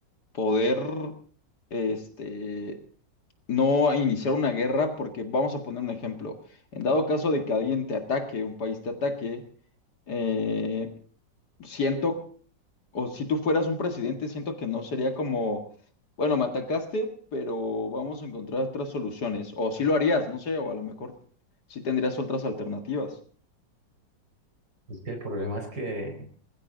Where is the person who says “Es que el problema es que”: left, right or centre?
Right